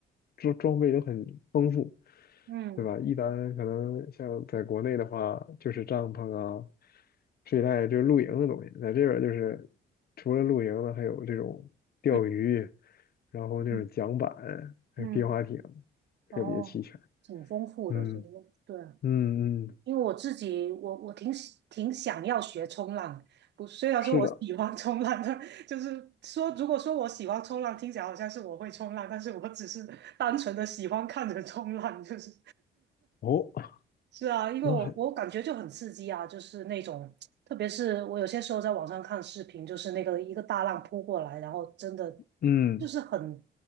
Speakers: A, on the left; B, on the right.
A: 装装备都很丰富，
B: 嗯
A: 对吧？一般可能像在国内的话，就是帐篷啊、睡袋，就是露营的东西，在这边儿就是除了露营的，还有这种钓鱼，
B: 嗯
A: 然后那种桨板，
B: 嗯，
A: 还有皮划艇，
B: 嗯
A: 特别齐全。
B: 哦，挺丰富的，
A: 嗯
B: 这个对。
A: 嗯嗯，
B: 因为我自己，我我挺喜挺想要学冲浪，不，虽然说我喜欢冲浪，
A: 是的，
B: 但就是说，如果说我喜欢冲浪，听起来好像是我会冲浪，但是我只是单纯的喜欢看着冲浪，就是
A: 哦，
B: 是啊，因为我我感觉就很刺激啊，
A: 那还，
B: 就是那种，特别是我有些时候在网上看视频，就是那个一个大浪扑过来，然后真的
A: 嗯
B: 就是很